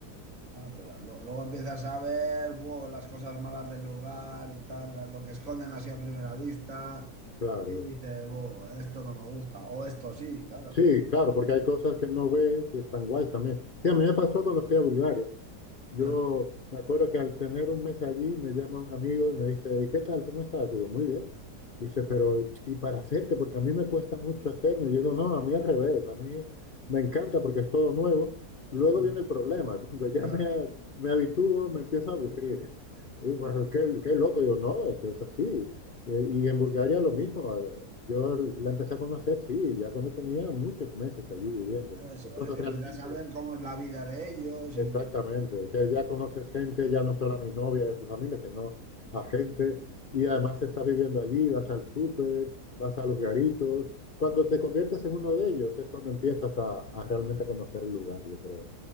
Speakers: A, on the right; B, on the left.
A: Ah, pero lo- luego empiezas a ver buh, las cosas malas del lugar y tal, la- lo que esconden así a primera vista,
B: claro.
A: y dices, buh, esto no me gusta, o esto sí, claro.
B: Sí, claro, porque hay cosas que no ves y están guays también. Sí, a mí me pasó cuando fui a Bulgaria. Yo
A: Ah,
B: me acuerdo que al tener un mes allí me llama un amigo y me dice, ¿y qué tal? ¿Cómo estás? Digo, muy bien. Dice, pero ¿y para hacerte? Porque a mí me cuesta mucho hacerme. Yo digo, no, a mí al revés, a mí me encanta porque es todo nuevo. Luego
A: ah,
B: viene el problema, <laughs> cuando ya
A: Claro.
B: me, me habitúo me empiezo a aburrir. <laughs> Y bueno,
A: ah.
B: qué, qué loco, digo, no, es que es así. Eh, Y, en Bulgaria lo mismo. eh, Yo la empecé a conocer, sí, ya cuando tenía muchos meses allí viviendo.
A: Eso
B: Es cuando
A: es,
B: realmente...
A: empiezas a ver cómo es la vida de ellos
B: Exactamente,
A: y...
B: que ya conoces gente, ya no solo a mi novia y a su familia, sino a gente, y además estás viviendo allí, vas al súper, vas a los garitos.
A: ah,
B: Cuando te conviertes en uno de ellos es cuando empiezas a, a realmente conocer el lugar, yo creo.